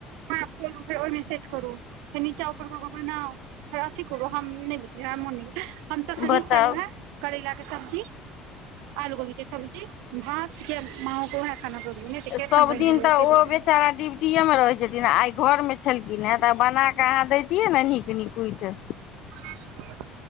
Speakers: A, on the right; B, on the left.
A: हा खोलू फेर ओहिमे सेट करू फेर नीचा ऊपर कऽ के बनाउ अथि करो हम नहि भेलियै मोन नहि हमसभ कनि
B: बताउ
A: फेर उएह करैलाके सब्जी आलू कभी के सब्जी भात माम क ह खाना करब ने तऽ पेट
B: सब
A: हमर भरि
B: दिन
A: गेल
B: तऽ
A: ताहि
B: ओ
A: दुआरे
B: बेचारा दिन छुट्टीए मे रहे छथिन आइ घर मे छलखिन हे तऽ बनााके अहाँ दैतियै ने नीक नीक उ
A: <inaudible>